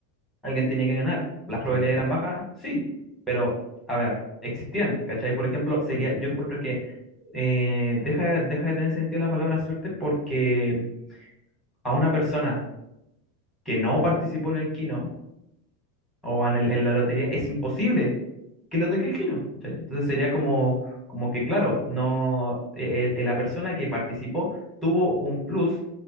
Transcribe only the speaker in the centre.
alguien tenía que ganar. ¿Las
probabilidades eran bajas? Sí, pero a ver, existían, ¿cachai? Por ejemplo, sería,
yo encuentro que eh, deja, deja de tener sentido la palabra suerte porque a una persona que no participó en el kino o en, el- en la lotería es imposible que lo toque el kino, ¿cachai? Entonces sería como, como que, claro, no, eh, eh, la persona que participó tuvo un plus